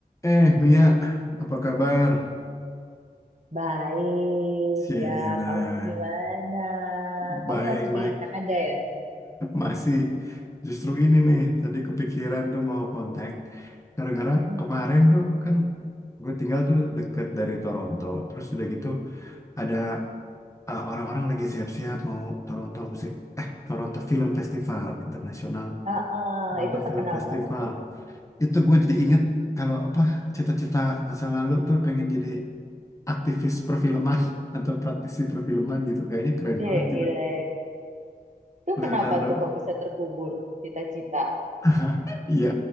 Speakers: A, on the left (about 20°); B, on the right (about 50°).
A: Eh, Mia, apa kabar?
B: Baik,
A: Cielah,
B: enggak. Kamu gimana?
A: baik-baik.
B: Kamu masih di Kanada ya?
A: Masih justru ini nih, tadi kepikiran tuh mau kontak. Gara-gara
B: Mm-mm.
A: kemarin tuh kan gue tinggal tuh deket dari Toronto. Terus udah gitu ada eh, orang-orang lagi siap-siap mau Toronto Musik, eh Toronto Film Festival Internasional.
B: Ah, ah,
A: Toronto
B: itu terkenal
A: Film Festival.
B: banget tuh.
A: Itu
B: Mm-mm.
A: gue jadi inget kalau apa cita-cita masa lalu tuh pengen jadi aktivis perfilman <laughs> atau praktisi perfilman gitu kayaknya keren
B: Gile.
A: banget gitu
B: Itu
A: Leonardo
B: kenapa tuh kok bisa terkubur cita-cita?
A: <laughs> ya